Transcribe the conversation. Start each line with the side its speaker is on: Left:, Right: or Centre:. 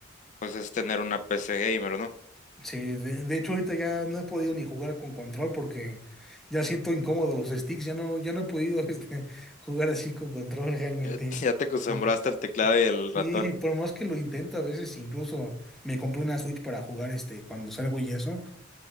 Left: pues es tener una PC gamer, ¿no?
Centre: sí, de, de hecho ahorita ya no he podido ni jugar con control porque ya siento incómodo los sticks, ya no, ya no he podido <laughs> este, jugar así con control realmente.
Left: Ya, <laughs> ya te acostumbraste
Centre: Uf,
Left: al teclado y el
Centre: Sí,
Left: ratón.
Centre: por más que lo intento a veces, incluso me compré una Switch para jugar este cuando salgo y eso,